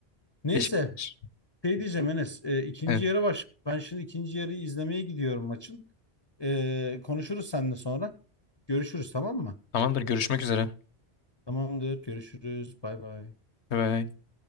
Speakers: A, on the left (about 25°); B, on the left (about 75°).
A: Neyse
B: Beşiktaş.
A: şey diyeceğim Enes e, ikinci
B: Evet.
A: yarı baş. Ben şimdi ikinci yarıyı izlemeye gidiyorum maçın. E, konuşuruz seninle sonra. Görüşürüz tamam mı?
B: Tamamdır görüşmek üzere.
A: Tamamdır görüşürüz bay bay.
B: Bye. bye.